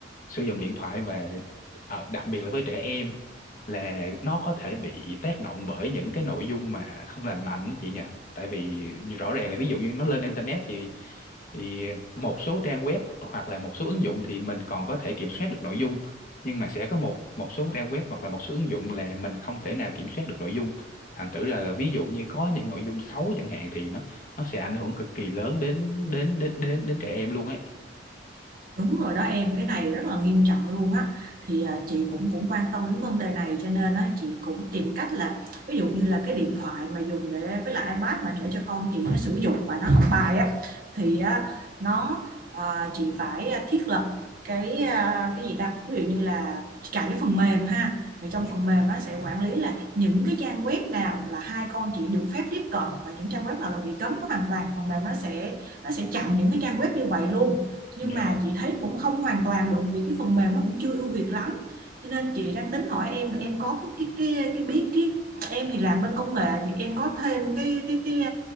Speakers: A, on the left (about 50°); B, on the right (about 55°).
A: sử dụng điện thoại và ờ, đặc biệt là với trẻ em là nó có thể bị tác động bởi những cái nội dung mà không lành mạnh đó chị nhỉ tại vì rõ ràng là ví dụ như nó lên internet thì thì một số trang web hoặc hoặc là một số ứng dụng thì mình còn có thể kiểm soát được nội dung nhưng mà sẽ có một một số trang web hoặc là một số ứng dụng là mình không thể nào kiểm soát được nội dung thành thử là, là ví dụ như có những nội dung xấu chẳng hạn thì nó nó sẽ ảnh hưởng cực kỳ lớn đến đến đến đến đến trẻ em luôn ấy
B: Đúng rồi đó em, cái này rất là nghiêm trọng luôn á. Thì à, chị cũng cũng quan tâm đến vấn đề này cho nên á chị cũng tìm cách là ví dụ như là cái điện thoại mà dùng để với lại iPad mà để cho con chị nó sử dụng và nó học bài á thì á, nó à, chị phải à, thiết lập cái à, cái gì ta? Ví dụ như là chị cài cái phần mềm ha. Thì trong
A: yeah.
B: phần mềm nó sẽ quản lý là những cái trang web nào là hai con chị được phép tiếp cận và những trang web nào là bị cấm hoàn toàn. Phần mềm nó sẽ nó sẽ chặn những cái trang web như vậy luôn nhưng
A: Yeah.
B: mà chị thấy cũng không hoàn toàn được vì cái phần mềm nó cũng chưa ưu việt lắm cho nên chị đang tính hỏi em là em có cái cái cái cái biết cái em thì làm bên công nghệ thì em có thêm cái cái cái